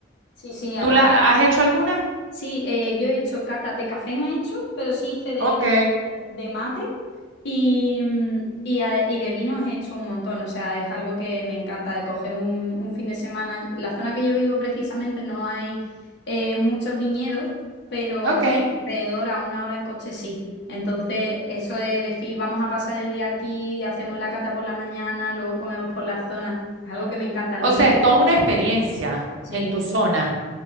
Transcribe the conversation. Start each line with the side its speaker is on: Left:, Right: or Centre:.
Left: Sí, sí, aparte.
Right: ¿Tú la has hecho alguna?
Left: Sí, eh, yo he hecho cata de café, no he hecho, pero sí hice de,
Right: Ok,
Left: de mate y, mm, y, a- y de vinos he hecho un montón. O sea, es algo que me encanta de coger un, un fin de semana. La zona que yo vivo precisamente no hay eh, muchos viñedos, pero
Right: ok.
Left: alrededor a una hora en coche sí. Entonces, eso de decir vamos a pasar el día aquí, hacemos la cata por la mañana, luego comemos por la zona, es algo que me encanta el
Right: O
Left: vino.
Right: sea, es toda una experiencia
Left: sí.
Right: en tu zona.